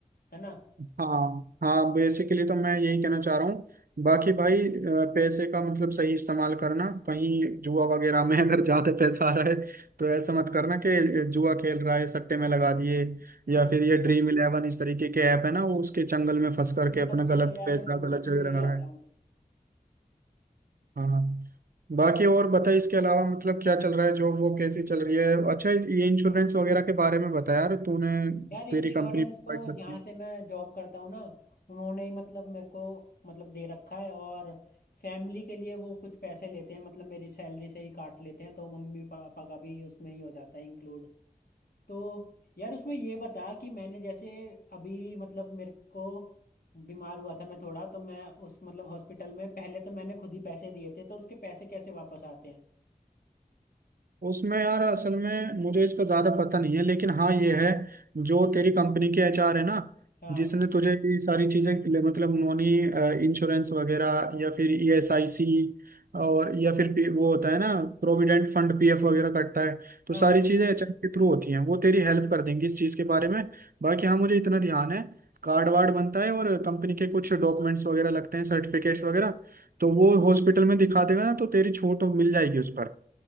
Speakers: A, on the left; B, on the right.
A: है ना
B: हाँ हाँ बेसिकली तो मैं यही कहना चाह रहा हूँ बाकी भाई अ, पैसे का मतलब सही इस्तेमाल करना कहीं जुआ वगैरह में <laughs> अगर ज्यादा पैसा आ रहा है तो ऐसा मत करना कि जुआ खेल रहा है सट्टे में लगा दिए या
A: नहीं
B: फिर
A: नहीं
B: ये ड्रीम
A: यार
B: इलेवन इस तरीके के ऐप है ना वो उसके चंगल में फंस करके
A: इन
B: अपना
A: सब से
B: गलत
A: तो यार
B: पैसा
A: मैं दूर
B: गलत जगह
A: दूर ही
B: लगा
A: रहता
B: रहा है
A: हूँ
B: हाँ बाकी और बताइए इसके अलावा मतलब क्या चल रहा है जॉब वो कैसी चल रही है अच्छा ये इंश्योरेंस वगैरह के बारे में बता यार तूने
A: यार इंश्योरेंस
B: तेरी कंपनी प्रोवाइड
A: तो
B: करती
A: जहाँ
B: है।
A: से मैं जॉब करता हूँ ना उन्होंने ही मतलब मेरे को मतलब दे रखा है और फैमिली के लिए वो कुछ पैसे लेते हैं मतलब मेरी सैलरी से ही काट लेते हैं तो मम्मी पापा का भी उसमें ही हो जाता है इंक्लूड तो यार उसमें ये बता कि मैंने जैसे अभी मतलब मेरे को बीमार हुआ था मैं थोड़ा तो मैं उस मतलब हॉस्पिटल में पहले तो मैंने खुद ही पैसे दिए थे तो उसके पैसे कैसे वापस आते हैं
B: उसमें यार असल में मुझे इसका ज्यादा पता नहीं है लेकिन हाँ ये है जो तेरी कंपनी के एचआर है ना
A: हाँ
B: जिसने तुझे ये सारी चीजें ले- मतलब उन्होंने इंश्योरेंस वगैरह या फिर ईएसआईसी और या फिर P- वो होता है ना प्रोविडेंट फंड पीएफ वगैरह कटता है तो
A: हाँ
B: सारी चीजें एचआर के थ्रू होती हैं वो तेरी हेल्प कर देंगी इस चीज के बारे में बाकी हाँ मुझे इतना ध्यान है कार्ड वार्ड बनता है और कंपनी के कुछ डॉक्यूमेंट्स वगैरह लगते हैं सर्टिफिकेट्स वगैरह तो वो हॉस्पिटल में दिखा देगा ना तो तेरी छूट मिल जाएगी उस पर